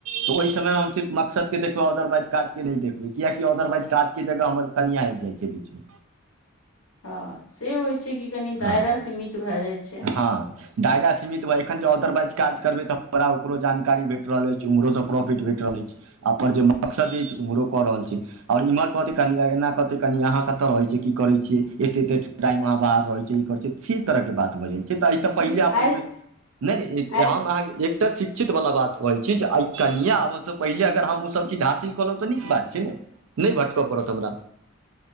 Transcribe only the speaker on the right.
तऽ ओहि समयमे हम सिर्फ मक़सद के देखबै ऑदरवाइज काज के नहि देखबै कियाकि ऑदरवाइज काजके जगह हमर कनिया आबि जाय छै बीचमे
हँ
हँ दायरा सीमित बा एखन जे ऑदरवाइज काज करबै तऽ हमरा ओकरो जानकारी भेट रहल अछि उम्हरोसँ प्रॉफिट भेट रहल अछि अपन जे मकसद अछि उम्हरो क रहल छी आओर इम्हर कहतै कनि अंगना कहतै कनि अहां कत्त रहै छियै की करै छियै एते एते टाइम अहाँ बाहर रहै छी चिल कहै छै छी तरहके बात भऽ जै छै तऽ एहिसँ
पहिले
अपन
बे नहि नहि ए
हम अहाँके एक चीज तऽ शिक्षित वाला बात भऽ जाय छै जे आय कनिया आबसँ पहिले अगर हम ओसभ चीज हासिल कलहुँ तऽ नीक बात छै नहि भटक पड़त हमरा